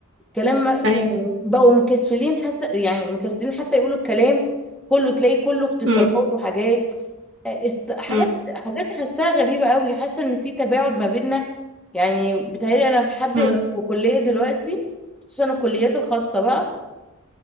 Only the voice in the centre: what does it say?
كلام يعني
بقوا مكسلين حاسه يعني مكسلين حتى يقولوا الكلام كله تلاقي كله اختصارات
وحاجات است... حاجات
حاجات حاساها غريبة قوي حاسة ان في تباعد ما بيننا يعني بتهيألي انا بحد
ولا- في كلية دلوقتي خصوصا الكليات الخاصة بقى